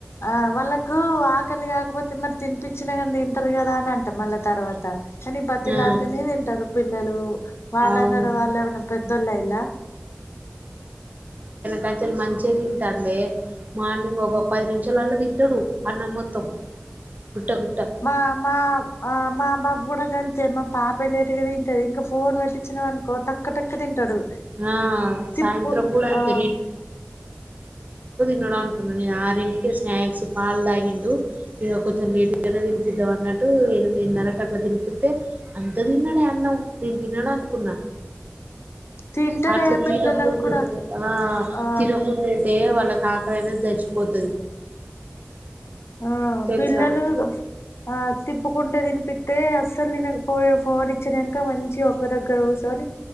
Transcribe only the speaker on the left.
అ వాళ్ళకు ముక్కల్ కాకపోతె మరి తిపించిన కాని తింటర్ కదా అని అంటా మళ్ళా తర్వాత కనీ బతిీలాడితేనే
తింటారు పిల్లలూ వాళ్ళంత
వాళ్ళు ఏమైన్నా పెద్దోళ్ళ ఇలా
మ మ మా బాబు కూడా జ తేమ పాప వెళ్ళేట. ది కదా తింటది ఇంకా ఫోన్ పెట్టించిన అనుకో టక్క్కటక్క్క తింటాడు
తిప్పుకుంటూ
ఆ
తింటడే
పిల్లలకు
కూడా
ఆ
ఆ
పిల్లలు ఆ తిప్పుకుంటే తిన్ ప్పితీ అస్సలు తినక పోయ ఫోన్ ఇచ్చినాక మంచి ఒక్క దగ్గర కూర్చొని